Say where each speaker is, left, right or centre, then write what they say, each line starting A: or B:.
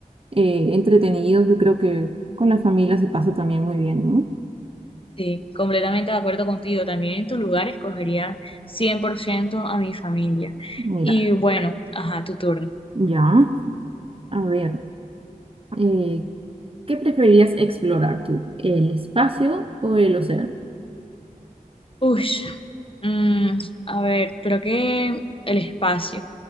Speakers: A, on the right (about 40°); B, on the left (about 35°).
A: eh, entretenidos. Yo creo que con la familia se pasa también muy bien, ¿no?
B: Sí, completamente de acuerdo contigo. También en tu lugar escogería 100% a mi familia.
A: Mira,
B: Y bueno, ajá, tu turno.
A: ya. A ver, eh, ¿qué preferirías explorar tú? ¿El espacio o el océano?
B: Uy, Mm, a ver, creo que el espacio.